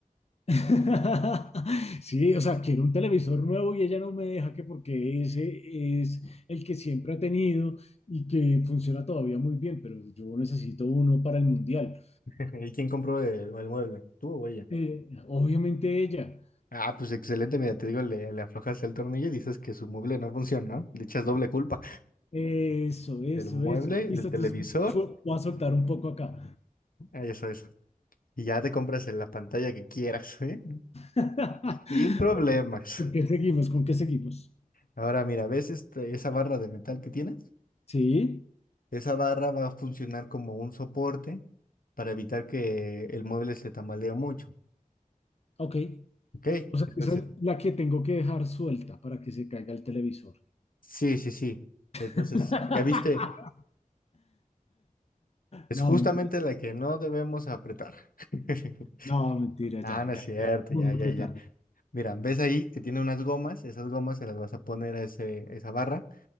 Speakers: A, on the left (about 45°); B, on the left (about 80°).
A: <laughs> Sí, o sea, quiero un televisor nuevo y ella no me deja que porque ese es el que siempre ha tenido y que funciona todavía muy bien, pero yo necesito uno para el mundial.
B: <laughs> ¿Y quién compró el, el mueble? ¿Tú o ella?
A: Eh, obviamente ella.
B: Ah, pues excelente, mira, te digo, le, le aflojas el tornillo y dices que su mueble no funciona, ¿no? Le echas doble culpa
A: Eso, eso,
B: del mueble,
A: eso. Listo,
B: del televisor,
A: entonces su- voy a soltar un poco acá.
B: eso es. Y ya te compras en la pantalla que quieras, ¿eh?
A: <laughs>
B: Sin problemas.
A: Pero, ¿con qué seguimos? ¿Con qué seguimos?
B: Ahora mira, ¿ves este- esa barra de metal que tienes?
A: Sí,
B: Esa barra va a funcionar como un soporte para evitar que el mueble se tambalee mucho.
A: ok.
B: ¿Ok?
A: O sea,
B: Entonces,
A: esa es la que tengo que dejar suelta para que se caiga el televisor.
B: sí, sí, sí. Entonces,
A: <laughs>
B: ya viste, es
A: No,
B: justamente
A: mentira.
B: la que no debemos apretar. <laughs>
A: No, mentira,
B: Ah,
A: ya,
B: no
A: ya,
B: es cierto,
A: ya. Voy
B: ya,
A: a
B: ya,
A: apretarle.
B: ya. Mira, ¿ves ahí que tiene unas gomas? Esas gomas se las vas a poner a ese, esa barra,